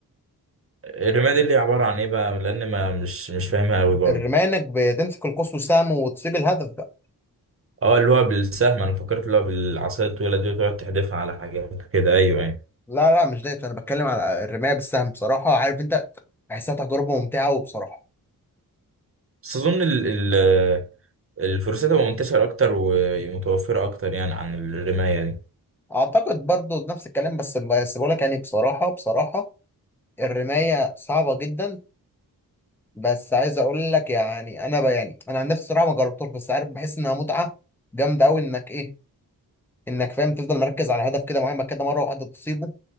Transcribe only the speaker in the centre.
الرماية إنك بتمسك القوس والسهم وتصيب الهدف بقى
لا لا مش ده أنا بتكلم على الرماية بالسهم بصراحة عارف أنت بحسها تجربة ممتعة وبصراحة
اعتقد برضو نفس الكلام بس بس بقول لك يعني بصراحه بصراحه الرمايه صعبه جدا بس عايز اقول لك يعني انا ب- يعني انا عن نفسي صراحه ما جربتوش بس عارف بحس انها متعه جامده قوي انك ايه انك فاهم تفضل مركز على هدف كده معين بعد كده مره واحده تصيبه